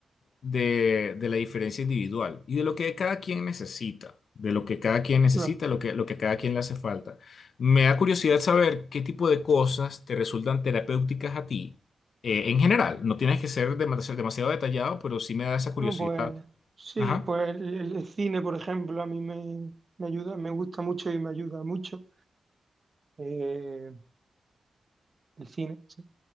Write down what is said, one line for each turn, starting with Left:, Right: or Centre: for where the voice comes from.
Left: de, de la diferencia individual y de lo que cada quien necesita, de lo que cada quien necesita,
Right: claro.
Left: lo que, lo que a cada quien le hace falta. Me da curiosidad saber qué tipo de cosas te resultan terapéuticas a ti, eh, en general. No tienes que ser demasiado, demasiado detallado, pero sí me da esa curiosidad.
Right: No, pues sí,
Left: Ajá.
Right: pues el, el- el cine, por ejemplo, a mí me, me ayuda, me gusta mucho y me ayuda mucho. eh, el cine, sí.